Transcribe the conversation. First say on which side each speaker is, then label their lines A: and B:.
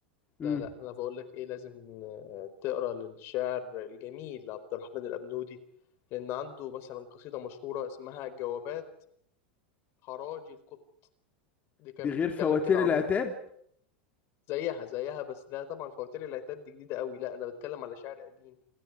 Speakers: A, on the left; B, on the left.
A: امم
B: لا لا انا بقول لك ايه لازم آه، تقرا للشاعر الجميل عبد الرحمن الابنودي لان عنده مثلا قصيده مشهوره اسمها جوابات حراجي القط دي كانت
A: دي غير
B: بتتكلم
A: فواتير
B: كده عميق
A: العتاب
B: زيها زيها بس ده طبعا فواتير العتاب دي جديدة قوي لا انا بتكلم على شعر قديم